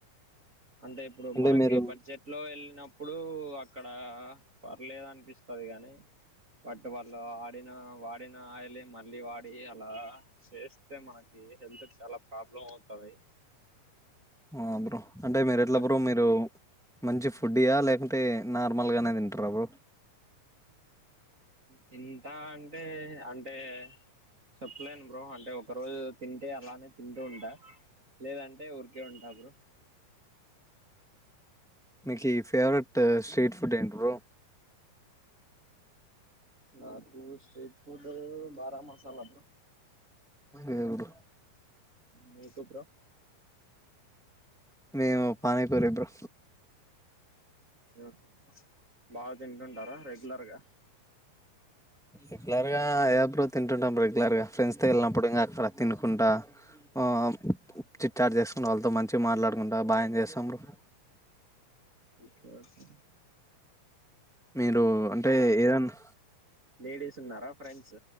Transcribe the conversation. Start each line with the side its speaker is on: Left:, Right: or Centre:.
Right: అంటే ఇప్పుడు
Centre: అంటే
Right: మనకి
Centre: మీరు
Right: బడ్జెట్ లో ఎల్ న్నప్పుడు అక్కడా పర్లేదు అనిపిస్తది గాని పట్టు వాళ్ళు ఆడిన వాడిన ఆయిలె మళ్ళీ వాడి అలా చేస్తే మనకి ఏ హెల్ తుకు చాలా ప్రాబ్లం ఔతది
Centre: ఆ బ్రో అంటే మీర్
Right: ఇంకా
Centre: ఎట్లా బ్రో మీరు మంచి ఫుడ్డి యా లేకుంటే నార్ మల్ గనే దింటార బో
Right: తింటా అంటే అంటే చెప్ లేన్ బ్రో అంటే ఒక రోజు తింటే అలానే తింటూ ఉంటా లేదంటే ఉర్ కే ఉంటా బ్రో
Centre: మీకి ఫేవరెటు షీటు ఫుడ్ ఏంట్ బ్రో
Right: నాకు షీటు ఫూడు బారా మసాలా బ్రో
Centre: ఏ ఊరు
Right: మీకు బ్రో
Centre: మేవు పానీపూరి బ్రో
Right: యోకే బా దింటుంటారా రెగ్ లర్ గా
Centre: ఇట్ లర్ గా యబ్రాద్ తింటుంటాం రెగ్యులర్గా ఫ్రెండ్స్ తొ వెళ్ళినప్పుడు ఇంకా అక్కడ తినుకుంటా హ్మ్ చిట్చాట్ చేసుకున్ వాళ్ళతో మంచిగా మాట్లాడుకుంటా బా ఎంజాయ్ చేస్తాం బ్రో
Right: ఒకే ఒకే
Centre: మీరు అంటే ఏదనా
Right: లేడీస్ ఉన్నారా ఫ్రెండ్స్